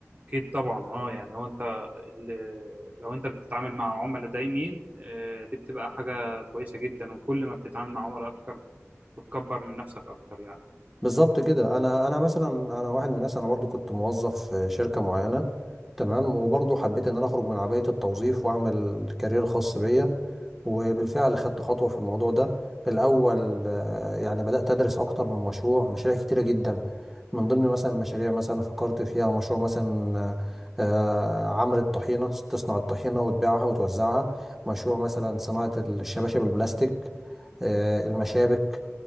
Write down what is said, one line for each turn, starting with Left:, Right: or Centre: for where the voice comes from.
Right: اكيد طبعا اه يعني هو انت ال- لو انت بتتعامل مع عملاء دايمين آه، دي بتبقى حاجة كويسة جدا وكل ما بتتعامل مع عملاء اكتر بتكبر من نفسك اكتر يعني
Centre: بالظبط كده انا انا مثلا انا واحد من الناس انا برضو كنت موظف في شركه معينه تمام وبرضو حبيت ان انا اخرج من عبايه التوظيف واعمل كارير خاص بيا وبالفعل خدت خطوه في الموضوع ده الاول آه، يعني بدات ادرس اكتر من مشروع مشاريع كتيره جدا من ضمن مثلا مشاريع مثلا فكرت فيها مشروع مثلا آه، آه، عمل الطحينه تصنع الطحينه وتبيعها وتوزعها مشروع مثلا صناعه الشباشب البلاستيك آه، المشابك